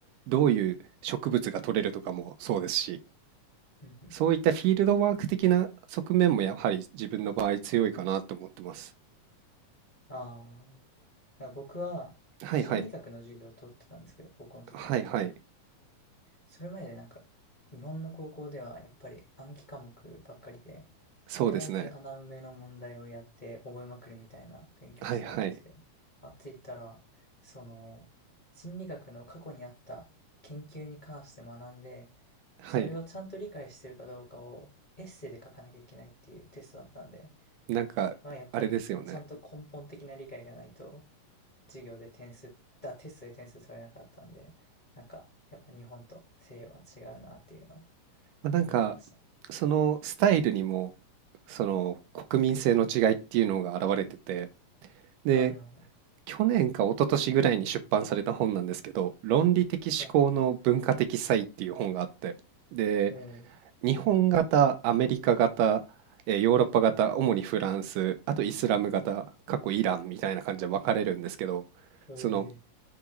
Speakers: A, on the right; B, on the left.
A: どういう植物が取れるとかもそうですし、
B: うんうんうん。
A: そういったフィールドワーク的な側面もやはり自分の場合強いかなと思ってます。
B: ああ、なるほど。だから僕は心理学の授業を取ってたんですけど、
A: はいはい。
B: 高校の時に。
A: はいはい。
B: それまでなんか日本の高校ではやっぱり暗記科目ばっかりでとりあえず穴埋めの問題をやって覚えまくるみたいな勉強してたんですけどあっち行ったらその心理学の過去にあった研究に関して学んで
A: そうですね。はいはい。はい。
B: それをちゃんと理解してるかどうかをエッセイで書かなきゃいけないっていうテストだったんで
A: なんか、
B: まあやっぱりちゃんと根本的な理解がないと
A: あれですよね。
B: 授業で点数、だ、テストで点数取れなかったんで、なんか、やっぱ日本と西洋は違うなっていうのを
A: ま、なんか、
B: 思いましたね。
A: そのスタイルにも、その国民性の違いっていうのが現れてて、で、
B: うんうんうん。
A: 去年か一昨年ぐらいに出版された本なんですけど、論理的思考の文化的差異っていう本があって、
B: はい。
A: で、
B: お
A: 日本型、アメリカ型、え、ヨーロッパ型、主にフランス、あとイスラム型、過去イランみたいな感じで分かれるんですけど、
B: お、
A: その
B: ええ